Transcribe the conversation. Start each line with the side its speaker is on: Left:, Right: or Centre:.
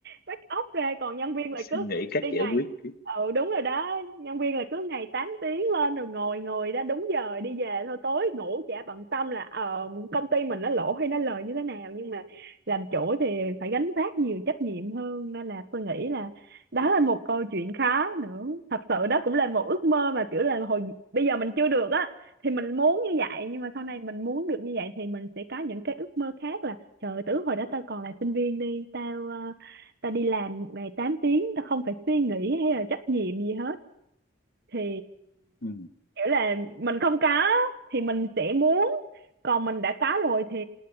Right: bắt óc ra còn nhân viên lại
Left: suy
Right: cứ
Left: nghĩ cách
Right: đi
Left: giải
Right: ngày
Left: quyết ừ.
Right: ừ đúng rồi đó nhân viên là cứ ngày 8 tiếng lên rồi ngồi ngồi đó đúng giờ đi về thôi tối ngủ chả bận tâm là ờ, công ty mình nó lỗ hay nó lời như thế nào nhưng mà làm chủ thì phải gánh vác nhiều trách nhiệm hơn nên là tôi nghĩ là đó là một câu chuyện khó nữa thật sự đó cũng là một ước mơ mà kiểu là hồi bây giờ mình chưa được á thì mình muốn như vậy nhưng mà sau này mình muốn được như vậy thì mình sẽ có những cái ước mơ khác là trời ơi, từ hồi đó tao còn là sinh viên đi tao ờ, tao đi làm một ngày tám tiếng tao không phải suy nghĩ hay là trách nhiệm gì hết thì
Left: Ừ.
Right: kiểu là mình không có thì mình sẽ muốn còn mình đã có rồi thì